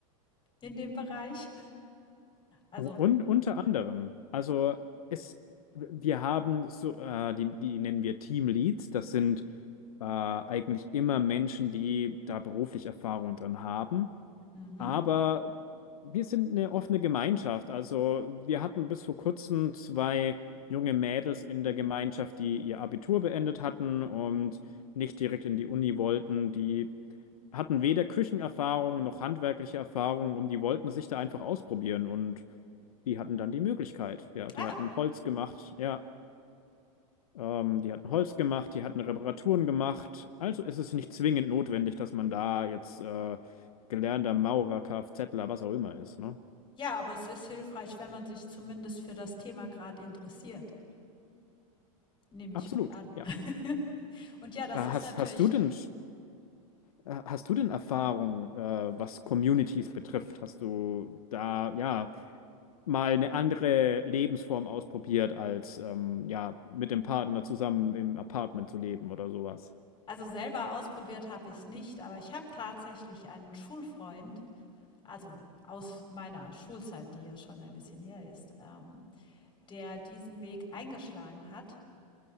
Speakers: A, on the left; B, on the left.
A: in dem Bereich. Also,
B: Und unter anderem, also es, wir haben so, äh, die, die nennen wir Teamleads, das sind äh, eigentlich immer Menschen, die da beruflich Erfahrung drin haben.
A: mhm.
B: Aber wir sind eine offene Gemeinschaft. Also wir hatten bis vor kurzem zwei junge Mädels in der Gemeinschaft, die ihr Abitur beendet hatten und nicht direkt in die Uni wollten. Die hatten weder Küchenerfahrung noch handwerkliche Erfahrung und die wollten sich da einfach ausprobieren und die hatten dann die Möglichkeit. Ja, die
A: Ah,
B: hatten Holz gemacht. Ja. Ähm, die hatten Holz gemacht, die hatten Reparaturen gemacht. Also ist es nicht zwingend notwendig, dass man da jetzt äh, gelernter Maurer, Kfzler, was auch immer ist, ne?
A: ja, aber es ist hilfreich, wenn man sich zumindest für das Thema gerade interessiert, nehme ich
B: Absolut,
A: mal an.
B: ja.
A: <laughs> Und ja, das
B: Äh,
A: ist
B: Hast,
A: natürlich,
B: hast du denn, äh, hast du denn Erfahrung, äh, was Communities betrifft? Hast du da, ja, mal eine andere Lebensform ausprobiert, als, ähm, ja, mit dem Partner zusammen im Apartment zu leben oder sowas?
A: also selber ausprobiert habe ich es nicht, aber ich habe tatsächlich einen Schulfreund, also aus meiner Schulzeit, die ja schon ein bisschen her ist, ähm, der diesen Weg eingeschlagen hat